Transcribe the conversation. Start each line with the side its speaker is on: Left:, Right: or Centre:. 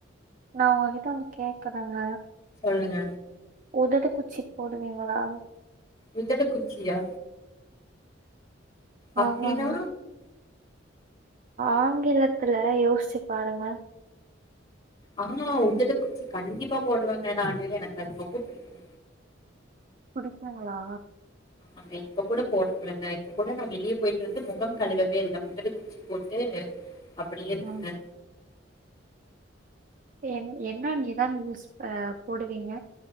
Right: நா ஒங்கிட்ட ஒன்னு கேக்குறாங்க
Left: சொல்லுங்க
Right: உதடு குச்சி போடுவீங்களா
Left: உதடு குச்சியா அப்டின்னா
Right: ஆமாங்க. ஆங்கிலத்துல யோசிச்சு பாருங்க
Left: ஆஹ் உதடு குச்சி கண்டிப்பா போடுவேங்க நானு எனக்கு அது ரொம்ப புடிக்கு
Right: புடிக்குங்ளா
Left: அங்க இப்ப கூட போட்டுட்டு வந்தே இப்ப கூட நா வெளிய பொயிட்டு வந்து முகம் கழுவவே இல்ல உதடு குச்சி போட்டு அப்டியே இருக்குங்க
Right: ம். என் என்ன நீ எதா யூஸ்புற போடுவீங்க